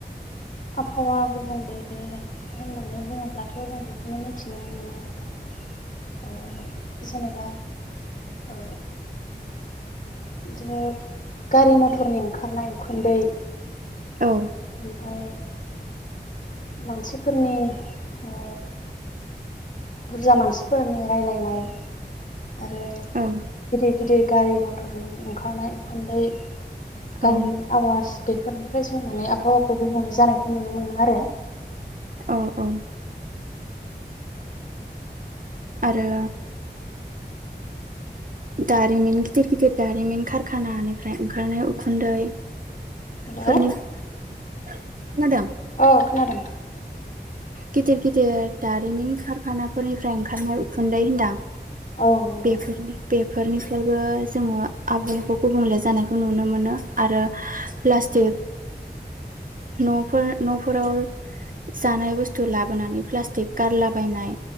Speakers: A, on the left (about 45°); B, on the right (about 50°).
A: आबहावा गुबुंले होननानै बुङोब्लाथ' जों बेखौनो मिथिनो मोनोओ जेनेबा ओ बिदिनो गारि मथरनि ओंखारनाय उखुन्दै
B: औ
A: ओमफाय मानसिफोरनि ओ बुरजा मानसिफोरनि राय्लायनाय आरो
B: औ
A: गिदिर गिदिर गारि मथरनि ओंखारनाय उखुन्दै गारिनि
B: औ
A: आवाज बेफोरनिफ्राय जों माने आबहावाखौ गुबुंले जानायखौ नुनो मोनो आरो
B: औ औ आरो दारिमिन गिदिर गिदिर दारिमिन खारखानानिफ्राय ओंखारनाय उखुन्दै
A: हेल'
B: फोरनि खोनादों
A: अ खोनादों
B: गिदिर गिदिर दारिमिन खारखानाफोरनिफ्राय ओंखारनाय उखुन्दै होनदां
A: औ नंगौ
B: बेफोरनि बेफोरनिफ्रायबो जोङो आबहावाखौ गुबुंले जानायखौ नुनो मोनो आरो प्लास्टिक न'फोर न'फोराव जानाय बुस्थु थु लाबोनानै प्लास्टिक गारला बायनाय